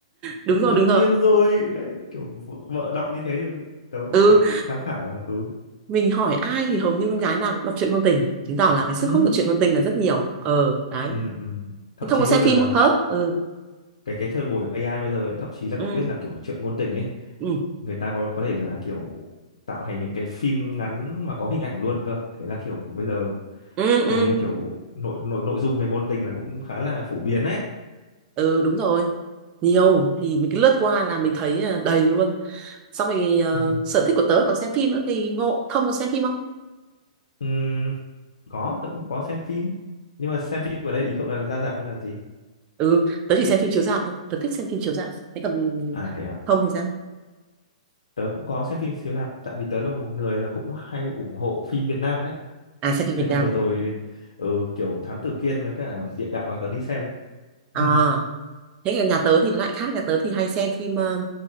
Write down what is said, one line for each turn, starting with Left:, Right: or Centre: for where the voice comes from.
Right: đúng
Left: đương
Right: rồi đúng rồi
Left: nhiên rồi đấy kiểu vợ, vợ đọc như thế thì tớ cũng
Right: ừ
Left: phải tham khảo mà ừ
Right: mình hỏi ai thì hầu như con gái nào cũng đọc truyện ngôn tình chứng tỏ là cái sức
Left: ừ
Right: hút của truyện ngôn tình là rất nhiều ờ đấy
Left: ừ ừ thậm
Right: thế thông
Left: chí
Right: có
Left: bây
Right: xem
Left: giờ
Right: phim
Left: là
Right: không hả ừ
Left: cái cái thời buổi AI bây giờ ấy, thậm chí là
Right: ừ
Left: cậu biết là kiểu chuyện ngôn tình ấy
Right: ừ
Left: người ta có có thể là kiểu tạo thành những cái phim ngắn mà có hình ảnh luôn cơ thế là kiểu bây giờ
Right: ừ
Left: hầu
Right: ừ
Left: như là kiểu nội nội nội dung về ngôn tình là cũng khá là phổ biến đấy
Right: ừ đúng rồi nhiều thì mình cứ lướt qua là mình thấy là đầy luôn xong rồi ờ,
Left: <laughs>
Right: sở thích của tớ là còn xem phim nữa thì ngộ Thông có xem phim không
Left: Ừm, có tớ cũng có xem phim nhưng mà xem phim ở đây ý cậu là ra rạp hay là gì
Right: ừ tớ chỉ xem phim chiếu rạp thôi tớ thích xem phim chiếu rạp thế còn
Left: à thế à
Right: Thông thì sao
Left: tớ cũng có xem phim chiếu rạp tại vì tớ là một người là cũng hay ủng hộ phim Việt Nam đấy
Right: à xem phim Việt
Left: nên là
Right: Nam
Left: vừa
Right: à
Left: rồi ừ, kiểu Thám Tử Kiên với cả Địa Đạo là tớ đi xem đấy <laughs>
Right: à thế còn nhà tớ thì lại khác nhà tớ thì hay xem phim ờ,